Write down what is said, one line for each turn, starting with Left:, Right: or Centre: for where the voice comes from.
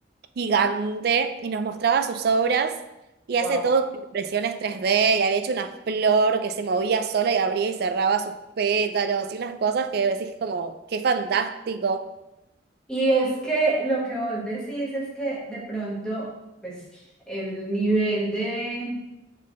Right: gigante, y nos mostraba sus obras y hace
Centre: wow.
Right: todo con impresiones 3D y había hecho una flor que se movía sola y abría y cerraba sus pétalos y unas cosas que decís como, qué fantástico.
Centre: Y es que lo que vos decís es que de pronto, pues el nivel de